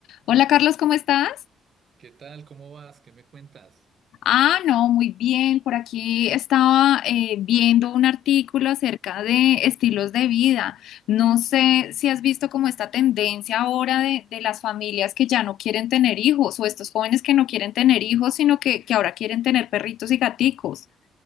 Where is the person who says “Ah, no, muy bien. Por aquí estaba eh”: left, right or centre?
Left